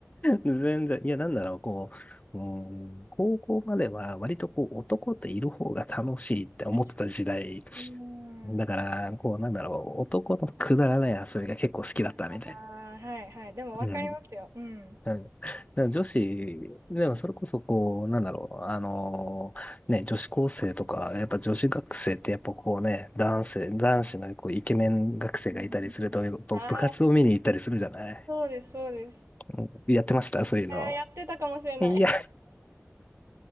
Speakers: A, on the left; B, on the right.
A: 全然 <laughs> いや、なんだろう、こう、うん、高校までは割とこう男といる方が楽しいって思ってた時代。
B: かに。うん。
A: だから、こう、なんだろう、男のくだらない遊びが結構好きだったみたいな。
B: ああ、はいはい。でもわかりますよ。
A: うん。
B: うん。
A: なんかだから女子、でもそれこそこう、なんだろう、あのーね、女子高生とか、やっぱ女子学生ってやっぱこうね、男性、男子のこうイケメン学生がいたりすると、
B: うんああ、
A: やっぱ部活を見に行ったりするじゃない
B: そうです、そうです。
A: うんやってました、そういうの。
B: えーやってたかもしれない。
A: いや、